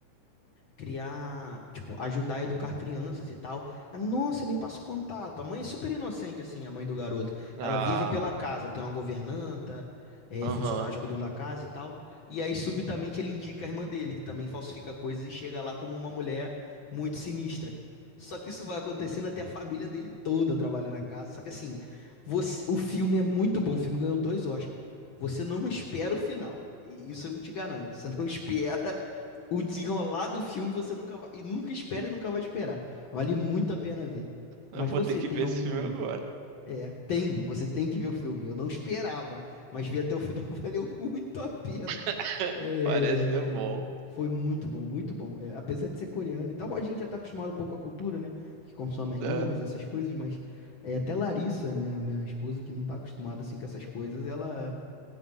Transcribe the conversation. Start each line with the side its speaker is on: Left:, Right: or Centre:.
Left: criar, tipo, ajudar a educar crianças e tal. Ela, nossa, me passa o contato. A mãe é super inocente, assim, a mãe do garoto.
Right: Ah,
Left: Ela vive pela casa, tem uma governanta, é,
Right: Aham.
Left: funcionários cuidam da casa e tal. E aí, subitamente, ele indica a irmã dele, que também falsifica coisas e chega lá como uma mulher muito sinistra. Só que isso vai acontecendo até a família dele toda trabalha na casa. Só que assim, você- o filme é muito bom. O filme ganhou dois Oscars. Você não espera o final. E Isso eu te garanto. Você não <laughs> espera o desenrolar do filme você nunca vai, e nunca espera
Right: <laughs>
Left: e nunca vai esperar. Vale muito a pena ver. Mas
Right: eu vou
Left: você
Right: ter que
Left: tem
Right: ver
Left: algum.
Right: esse filme agora.
Left: É, tem, você tem que ver o filme. Eu não esperava, mas ver até o final <laughs> valeu muito a pena.
Right: <laughs>
Left: É,
Right: Parece ser bom.
Left: Foi muito bom, muito bom. É, apesar de ser coreano e tal, a gente já tá acostumado um pouco com a cultura, né? Que consome animes,
Right: É,
Left: essas coisas, mas é, até Larissa, minha, minha esposa, que não tá acostumada assim com essas coisas, ela,